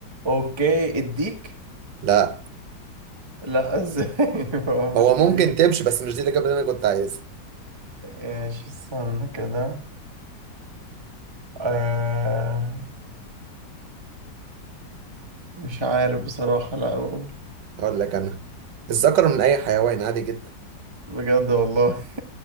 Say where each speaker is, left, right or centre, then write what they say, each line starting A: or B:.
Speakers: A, on the right; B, on the right.
A: اوكي الديك
B: لا
A: لا ازاي <laughs> هو
B: هو
A: مش بيبيض
B: ممكن تمشي بس مش دي الاجابه اللي انا كنت عايزها
A: ايش استنى كده آه... مش عارف بصراحة لا اقول
B: اقول لك انا الذكر من اي حيوان عادي جدا
A: بجد والله